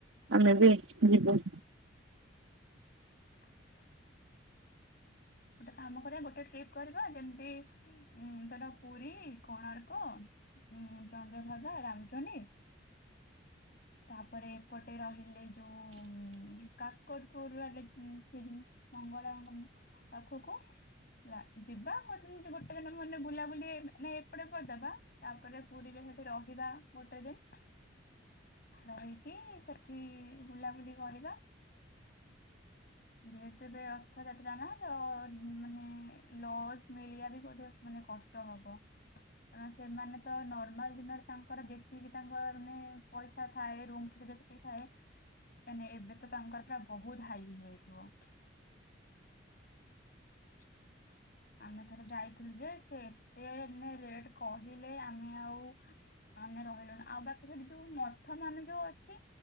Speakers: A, on the right; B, on the left.
A: ଆମେ ବି ଯିବୁ।
B: ହଁ ଗୋଟେ କାମ କରିବା ଗୋଟେ ଟ୍ରିପ୍ କରିବା ଯେମିତି ଉ ଧର ପୁରୀ, କୋଣାର୍କ ଉଁ ଚନ୍ଦ୍ରଭାଗା, ରାମଚଣ୍ଡୀ ତାପରେ ଏପଟେ ରହିଲେ ଯୋଉ କାକ କଟପୁର ଆଡେ ସେ ମଙ୍ଗଳାଙ୍କ ପାଖକୁ ହେଲା ଯିବା ଗୋଟେ ଦିନ ଗୋଟେ ଦିନ ମାନେ ବୁଲାବୁଲି ମାନେ ଏପଟେ କରିଦେବା ତାପରେ ପୁରୀରେ ସେଠି ରହିବା ଗୋଟେ ଦିନ। ରହିକି ସେଠି ବୁଲାବୁଲି କରିବା। ଯେହେତୁ ଏବେ ରଥଯାତ୍ରା ନା ତ ମାନେ ଲସ୍ ମିଳିବା ବି ବୋଧେ ମାନେ କଷ୍ଟ ହବ କାରଣ ସେମାନେ ତ ନର୍ମାଲ ଦିନରେ ତାଙ୍କର ଯେତିକି ତାଙ୍କର ମାନେ ପଇସା ଥାଏ ରୁମ ଫଇସା ଯଦି ସେତିକି ଥାଏ ମେ ଏବେ ତ ତାଙ୍କର ପ୍ରା ବହୁତ ହାଇ ହେଇଥିବ <inaudible> ଆମେ ଥରେ ଯାଇଥିଲୁ ଯେ ସେ ଏତେ ରେଟ କହିଲେ ଆମେ ଆଉ ଆମେ ରହିଲୁଣି ଆଉ ବାକି ସେଠି ଯୋଉ ମଠ ମାନେ ଯୋଉ ଅ